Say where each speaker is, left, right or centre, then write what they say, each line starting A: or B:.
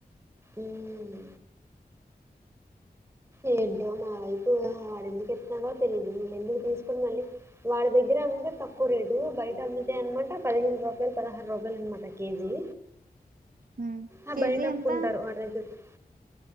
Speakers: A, on the right; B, on the right.
A: ఉమ్ ఏంటో మా వైపు వాడెందుకు ఎస్తున్నావా తెలిదు వీళ్ళెందుకు తీసుకుొని మళ్ళీ వాడి దగ్గ అమ్ముతే తక్కువ రేటు బయట అమ్మి అనమాట పదిహేను రూపాయలు పదహారు రూపాయలు అనమాట కేజీ
B: హ్మ్
A: ఆ
B: కేజీ
A: బయటప్పు
B: ఎంత
A: ఉంటారు వాడి దగ్గరికి